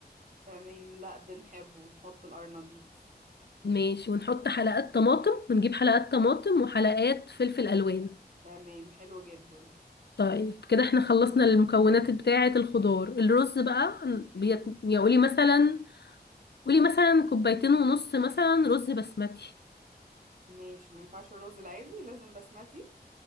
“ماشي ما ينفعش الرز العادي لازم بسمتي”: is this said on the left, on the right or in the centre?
Right